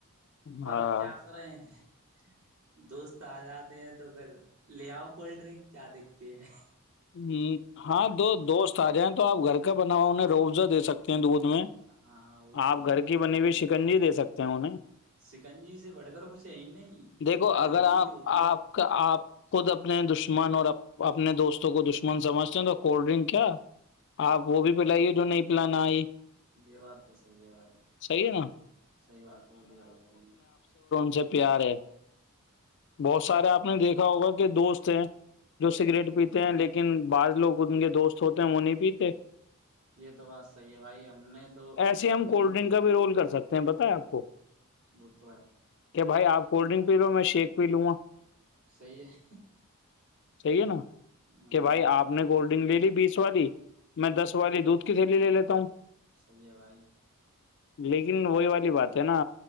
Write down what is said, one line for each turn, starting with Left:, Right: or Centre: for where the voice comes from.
Left: ہے
Right: پر
Left: ہاں
Right: کیا کرے ہیں دوست آ جاتے ہیں تو پھر لے آؤ کولڈ ڈرنک کیا دیکھتے ہیں
Left: ہ ہاں دو دوست آ جائیں تو آپ گھر کا بنا ہوا انہیں قوضاے سکتے ہیں تو وہ تو
Right: ہاں وہ
Left: آپ
Right: تو ہے
Left: گھر کی بنی ہوئی شکنجی دے سکتے ہیں انہیں
Right: سکنجی سے بڑھ کر کچھ ہے ہی نہیں
Left: دیکھو
Right: وہ
Left: اگر
Right: ہیلدی
Left: آپ
Right: بھی ہوتی
Left: آپ
Right: ہے
Left: کا آپ خود اپنے دشمن اور اپنے دوست اس کو دشمن سمجھتے ہیں تو کولڈ ڈرنک کیا آپ وہ بھی پلائیے جو نہیں پلانا آئی
Right: یہ بات تو سی ہے بھائی
Left: صحیح ہے نا
Right: سی بات بلی بھائی آ نے
Left: ج سے پیار ہے <unintelligible> بہت سارے آپ نے دیکھ <unintelligible> دا ہوگا کہ دوست ہیں <unintelligible> جو سگریٹ
Right: ہ
Left: پیتا
Right: جی
Left: <unintelligible> <unintelligible> لیکن بعض لوگ ان کے دوست ہوتے ہیں وہ نہیں پیتے <unintelligible>
Right: یہ تو بات صحیح ہے بھائی ہم نے تو
Left: ایسے
Right: اپنی
Left: ہم کولڈ
Right: تو
Left: ڈرنک کا بھی رول کر سکتے ہیں بتائے آپ کو
Right: بت ہے <unintelligible>
Left: کیا بھائی آ کولڈ ڈرنک پی لو م میں شیک پی لوں گا
Right: صیح ہے <unintelligible>
Left: چاہیے نا <unintelligible>
Right: ہاں
Left: کہ بھائی آپ نے کوولڈ <unintelligible> <unintelligible> ر لیلی بیس والی <unintelligible> <unintelligible> میں دس والی دودھ <unintelligible> کسی لے لے لیتا ہوں <unintelligible>
Right: صیح ہے بھائی <unintelligible> <unintelligible>
Left: لیکن وہی والی بات ہے نا